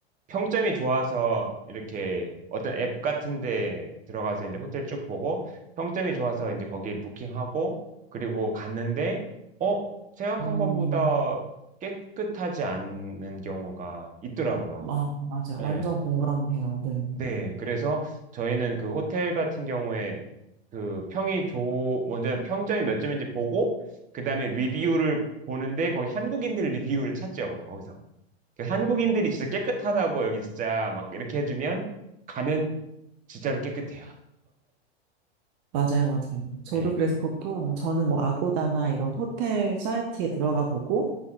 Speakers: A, on the right (about 25°); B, on the right (about 45°).
A: 평점이 좋아서 이렇게 어떤 앱 같은 데 들어가서 이제 호텔 쭉 보고 평점이 좋아서 이제 거기에 부킹하고 그리고 갔는데 어 생각한
B: 음,
A: 것보다 깨끗하지 않은 경우가 있더라고요.
B: 아, 맞아. 완전
A: 예.
B: 공감해요. 네.
A: 네, 그래서 저희는 그 호텔 같은 경우에 그 평이 좋, 먼저 평점이 몇 점인지 보고, 그 다음에 리뷰를 보는데 거기 한국인들 리뷰를 찾죠, 거기서. 그 한국인들이 진짜 깨끗하다고 여기 진짜 막 이렇게 해주면 가면 진짜로 깨끗해요.
B: 맞아요, 맞아요. 저도
A: 네.
B: 그래서 보통 저는 뭐 아고다나 이런 호텔 사이트에 들어가 보고